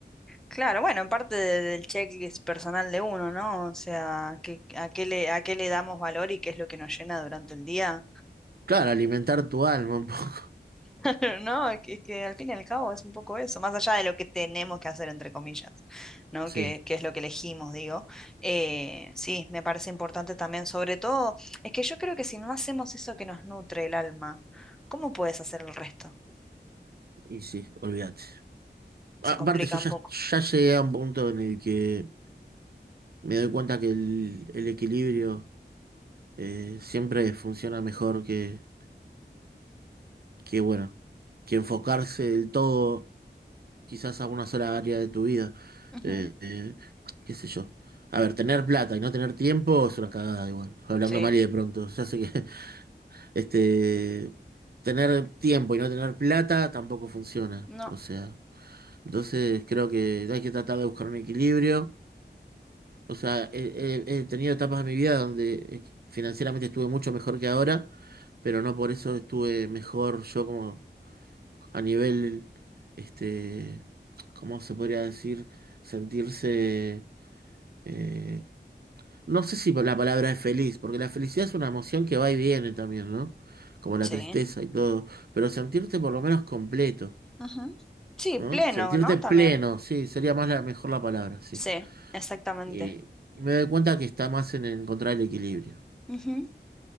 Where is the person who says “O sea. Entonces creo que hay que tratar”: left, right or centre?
Right